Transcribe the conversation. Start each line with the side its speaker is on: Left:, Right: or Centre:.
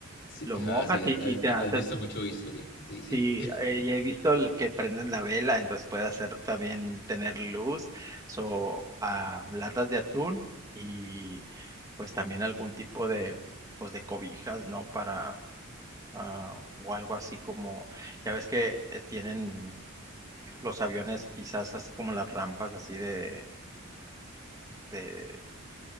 Left: Sí,
Right: lo mojas
Left: ah, sí,
Right: y,
Left: has,
Right: y te haces
Left: has visto mucho History. Sí, sí.
Right: Sí, eh, ya he visto el que prenden la vela, entonces puede hacer también tener luz o latas de atún y pues también algún tipo de pues de cobijas, ¿no? Para ah, o algo así como ya ves que eh, tienen los aviones quizás así como las rampas así de de,